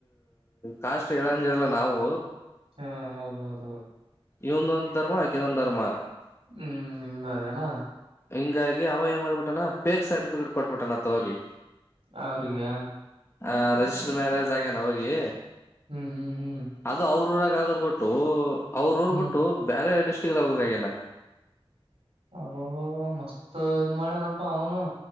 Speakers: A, on the left; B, on the right.
A: ಕಾಷ್ಟ ಹೇಳಂಗರಲ್ಲ ನಾವು.
B: ಹಾ ಹೌದ ಹೌದು ಹೌದು.
A: ಇವಂದ ಒಂದು ಧರ್ಮ ಆಕ ಇದೊಂದು ಧರ್ಮ.
B: ಹ್ಮ್ ನಿಂಗಾವನಾ.
A: ಹಿಂಗಾಗಿ ಅವ ಏನ್ ಮಾಡ್ಬಿಟಾನ ಪೇಕ್ ಸರ್ಟಿಫಿಕೇಟ್ ಕೊಟ್ಬಿಟ್ಟಣತ್ತ ಹೋಗಿ.
B: ಅವ್ರಿಗೆ.
A: ಹ ರರಿಜಿಸ್ಟರ್ ಮ್ಯಾರೇಜ್ ಆಗೇನ ಹೋಗಿ.
B: ಹ್ಮ್ ಹ್ಮ್ ಹ್ಮ್.
A: ಅದು ಅವ್ರ ಊರಾಗ ಆಗದ್ ಬಿಟ್ಟು ಅವ್ರ ಊರ್ಬಿಟ್ಟು
B: ಹ್ಮ್
A: ಬೇರೆ ಡಿಸ್ಟ್ರಿಕ್ದ ಆಗಬೇಕನ.
B: ಅಬ ಮಸ್ತ ಇದ ಮಾಡ್ಯನಪ್ಪಾ ಅವನು.